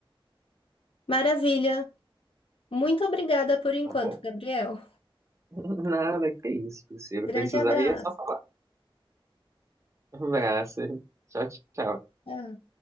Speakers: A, on the left (about 75°); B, on the right (about 30°).
A: Maravilha. Muito obrigada por enquanto,
B: tá bom?
A: Gabriel.
B: <laughs> Nada, que isso, Priscila.
A: Grande
B: Precisar
A: abraço.
B: aí é só falar. Um abraço. Tchau, tchau.
A: Tchau.